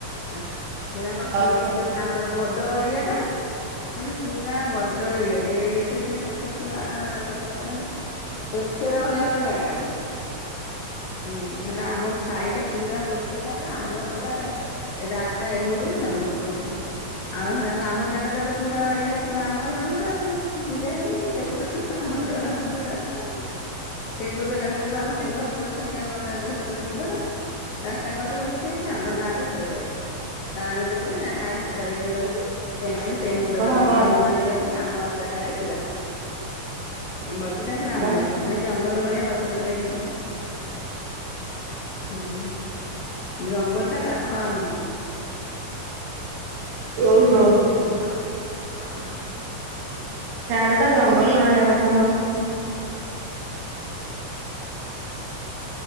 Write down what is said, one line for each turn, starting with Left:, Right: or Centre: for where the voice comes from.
Left: ଆସ୍ ସେରାକ ଖାଲି
Right: ଓହୋ।
Left: ଯୋଉ ତାଙ୍କର ବଡ ଏରିଆ ଟା। ମାନେ ପୁରା ବଡ ଏରିଆ ଟେ ଏଇଠୁ ଯେ କେତ୍ ପୁରା କେତେ କଅନି ଏକେରେ ଭଳିଆ ଗୋଟେ ଜାଗା। ଉୁଁ ସେଟା ଆମ ସାହିଟା ପୁରା ଗୋଟେ ଜାଗା ଆମର ପୁରା ଏଟା ଏ ରାସ୍ତା ଏମୁଣ୍ଡରୁ ସେମୁଣ୍ଡ ପର୍ଯ୍ୟନ୍ତ। ଆଉ ସେରାକ ଆମ ଜାଗା ଟା ତ ପୁରା ବାଡି ଟା ପୁରା ଆମର ଆମର ଆଉ ପୂଜା ହେଇନି। ସି୍ ସେପଟୁ ଆମ ଦୂଆର ମୁଁହର ରାସ୍ତା ଆଉ। ସେପଟୁ ଏକାଥ ଯିବୁ ଆମ ସେ ଘରୁକୁ ଅଛନ୍ତି ଆମର ଦାଦା ଶଶୁର ଦିଘର। ରାସ୍ତା କଡ଼ରେ ଉଠି ଯାଇଚନି। ଆମର ଗାଁ ଭିତରେ ରଇଚୁଁ। ଗାଁ ଭିତରେ ମାନେ ଗାଁ ଲଷ୍ଟେଟାରେ କିନି ରଇଚୁଁ ସେମାନେ ତେ ମୁଣ୍ଡରେ
Right: କହ
Left: ଅଛନ୍ତି
Right: ବଲ
Left: ସେ ମୁଣ୍ଡରେ ଯିଏ ଅଛନ୍ତି ଆମ ଜାଗାରେ ପୁରା। ଏଇ ମଝି ଟା ପୁରା
Right: କହ।
Left: ଆମ ଜାଗା। ଖାଲି ଜଙ୍ଗଲ ଭଳିଆ ଗଛ ପତ୍ର ହେଇଚି ଆଉ। ହୁଁ ଜଙ୍ଗଲଟା ପାଖ ଆମୁକୁ।
Right: ଓହୋ
Left: ଆମର ବଟାମ। ହୁଁ।
Right: ସ୍ୟାଡ଼େ ତ ଜଙ୍ଗଲ ରହିବା କଥା ନୁହଁ।